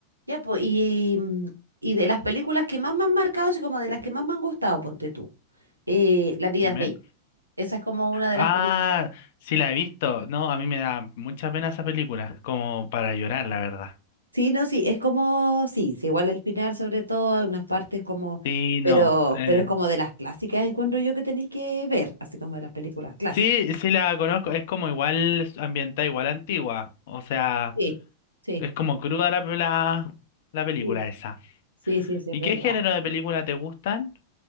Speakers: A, on the right; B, on the left.
A: Ya, pues, y, mm, y de las películas que más me han marcado, así como de las que más me han gustado, ponte tú. Eh, La vida
B: Dime.
A: es bella. Esa es como una de
B: Ah,
A: las películas.
B: sí la he visto. No, a mí me da mucha pena esa película, como para llorar, la verdad.
A: Sí, no, sí, es como, sí, sí, igual el final sobre todo, hay unas partes como,
B: Sí,
A: pero,
B: no. eh,
A: pero es como de las clásicas, encuentro yo que tenéis que ver, así como de las películas clásicas.
B: sí, sí la conozco. Es como igual ambientada, igual antigua. O sea,
A: Sí, sí,
B: es como cruda la, la, la película
A: sí,
B: esa.
A: sí, sí, sí,
B: ¿Y
A: es verdad.
B: qué género de película te gustan?